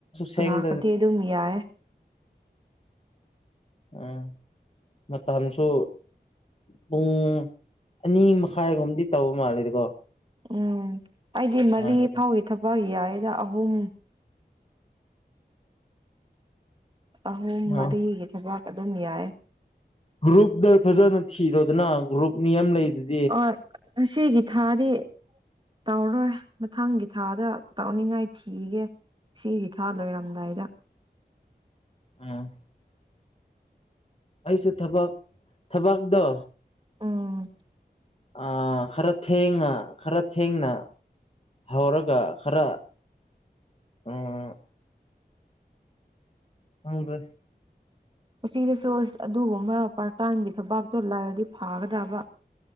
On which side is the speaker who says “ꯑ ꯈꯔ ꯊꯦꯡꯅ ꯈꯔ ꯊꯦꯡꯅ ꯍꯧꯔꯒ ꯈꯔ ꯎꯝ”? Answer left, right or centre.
Left